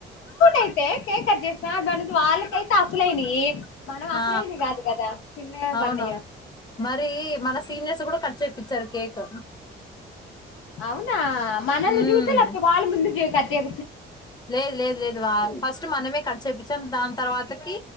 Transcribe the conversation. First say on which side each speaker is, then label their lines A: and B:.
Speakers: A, on the left; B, on the left.
A: అయితే కేక్ కట్ చేసిన మన వాళ్ళకైతే అసలైనయి మనం అసలయినయి
B: ఆ
A: కాదు కదా <unintelligible>
B: అవును మరి మన సీనియర్స్ కూడ కట్ చేపించారు కేక్
A: అవునా మనల్ని
B: ఉమ్
A: చూసి లేకపోతే వాళ్ళ ముందు చే కట్ చెయి
B: లేదు లేదు లేదు వాల్ ఫస్ట్ మనమే కట్ చేపిచ్చాం దాని తర్వాతకి